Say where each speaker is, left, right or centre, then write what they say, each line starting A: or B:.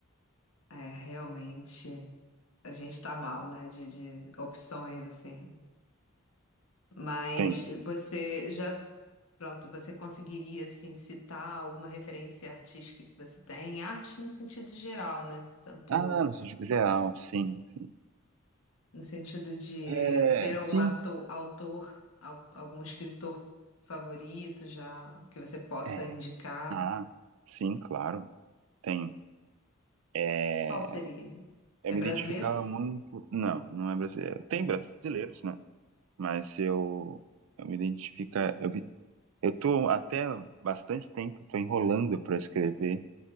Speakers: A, on the left (about 85°); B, on the right (about 75°).
A: É, realmente, a gente tá mal, né, de, de opções, assim. Mas
B: Gente.
A: você já, pronto, você conseguiria, assim, citar alguma referência artística que você tem? Arte no sentido geral, né? Tanto
B: Ah, não, no sentido geral, sim, sim.
A: No sentido de
B: É,
A: ter algum
B: sim.
A: ator, autor, au- algum escritor favorito já que você possa
B: É.
A: indicar?
B: Ah, sim, claro. Tenho. É,
A: Qual seria?
B: eu
A: É
B: me
A: brasileiro?
B: identificava muito. Não, não é brasileiro. Tem
A: Hum.
B: brasileiros, né? Mas eu, eu me identifica. Eu, vi- eu tô até bastante tempo, tô enrolando para escrever